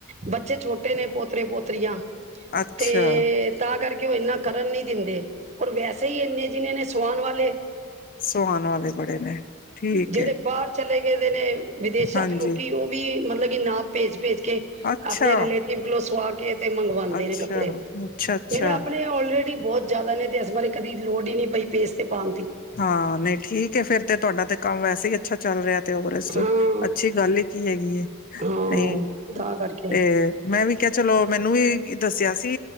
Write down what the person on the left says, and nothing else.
ਅੱਛਾ
ਸੂਆਣ ਵਾਲੇ ਬੜੇ ਨੇ, ਠੀਕ
ਹੈ
ਹਾਂਜੀ
ਅੱਛਾ
ਅੱਛਾ
ਅੱਛਾ ਅੱਛਾ
ਹਾਂ ਨਈਂ ਠੀਕੇ ਫੇਰ ਤੇ ਤੁਆਡਾ ਤੇ ਕੰਮ ਵੈਸੇ ਈ ਅੱਛਾ ਚੱਲ ਰੇਯਾ ਤੇ ਹੋਰ ਇਸ ਤੋਂ
ਅੱਛੀ ਗੱਲ ਹੀ ਕੀ ਹੈਗੀ ਏ,
ਤੇ
ਤੇ ਮੈਂ ਵੀ ਕੇਯਾ ਚਲੋ, ਮੈਨੂੰ ਵੀ ਦੱਸਿਆ ਸੀ